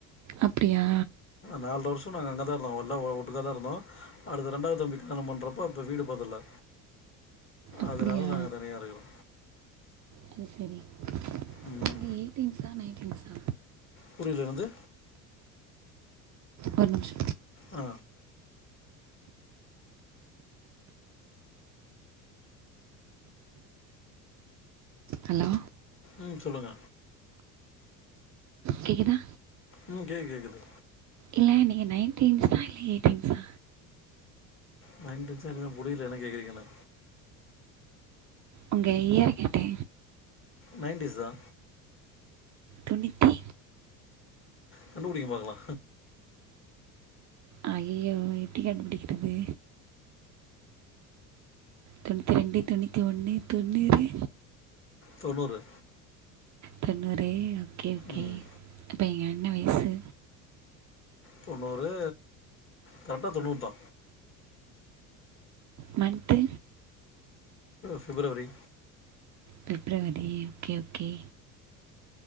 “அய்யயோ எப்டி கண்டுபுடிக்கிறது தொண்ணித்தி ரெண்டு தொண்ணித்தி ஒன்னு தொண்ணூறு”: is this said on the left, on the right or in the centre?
Right